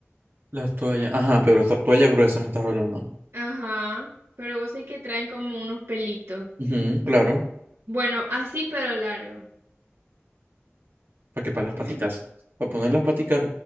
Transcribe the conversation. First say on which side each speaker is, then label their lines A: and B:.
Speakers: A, on the right; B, on the right.
A: Las toallas. Ajá, pero to- toalla gruesa me estás hablando.
B: Ajá, pero vos sabés que traen como unos pelitos.
A: Ujú, claro.
B: Bueno, así pero largo.
A: ¿Para qué? Para las
B: ¿Sí
A: paticas.
B: me-
A: Para poner las paticas.